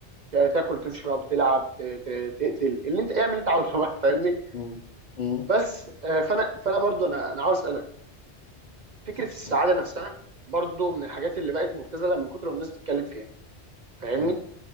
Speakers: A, on the right; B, on the left.
A: تاكل تشرب تلعب ت- ت- تقتل اللي انت اعمل اللي انت عاوزه بقى، فاهمني
B: مم. مم.
A: بس آه، فانا فانا برضو انا انا عاوز اسالك فكره السعاده
B: مم.
A: نفسها برضو من الحاجات اللي بقت مبتذله من كتر ما الناس بتتكلم فيها فاهمني
B: مم.